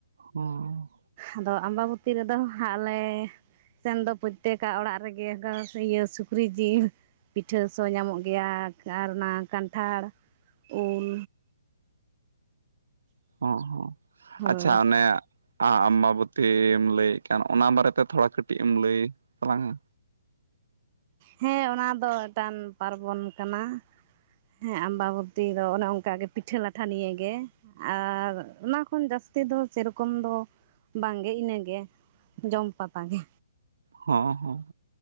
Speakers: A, on the right (about 70°); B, on the right (about 30°).
A: ᱦᱩᱸ
B: ᱟᱫᱚ ᱟᱢᱵᱟᱵᱚᱛᱤ ᱨᱮᱫᱚ ᱦᱟᱸᱜ ᱞᱮ ᱥᱮᱱ ᱫᱚ ᱯᱨᱚᱛᱛᱮᱠᱟᱜ ᱚᱲᱟᱜ ᱨᱮ ᱜᱮ ᱜᱷᱟ ᱤᱭᱟᱹ ᱥᱩᱠᱨᱤ ᱡᱤᱞ ᱯᱤᱴᱷᱟᱹ ᱥᱚ ᱧᱟᱢᱚᱜ ᱜᱮᱭᱟ ᱟᱨ ᱚᱱᱟ ᱠᱟᱱᱴᱷᱟᱲ ᱩᱞ
A: ᱚ ᱦᱚᱸ
B: ᱦᱳᱭ
A: ᱟᱪᱪᱷᱟ ᱚᱱᱮ ᱟᱢᱵᱟᱵᱚᱛᱤᱢ ᱞᱟᱹᱭᱮᱫ ᱠᱟᱱ ᱚᱱᱟ ᱵᱟᱨᱮ ᱛᱮ ᱛᱷᱚᱲᱟ ᱠᱟᱹᱴᱤᱡ ᱮᱢ ᱞᱟᱹᱭ ᱛᱟᱞᱟᱝᱼᱟ
B: ᱦᱮᱸ ᱚᱱᱟ ᱫᱚ ᱢᱤᱫᱴᱟᱝ ᱯᱟᱨᱵᱚᱱ ᱠᱟᱱᱟ ᱦᱮᱸ ᱟᱢᱵᱟᱵᱚᱛᱤ ᱫᱚ ᱚᱱᱮ ᱚᱱᱠᱟ ᱜᱮ ᱯᱤᱴᱷᱟᱹ ᱞᱟᱴᱷᱟ ᱱᱤᱭᱮ ᱜᱮ ᱟᱨ ᱚᱱᱟ ᱠᱷᱚᱱ ᱡᱟᱹᱥᱛᱤ ᱫᱚ ᱥᱮᱨᱚᱠᱚᱢ ᱫᱚ ᱵᱟᱝ ᱜᱮ ᱤᱱᱟᱹ ᱜᱮ ᱡᱚᱢ ᱯᱟᱛᱟ ᱜᱮ
A: ᱦᱚᱸ ᱦᱚᱸ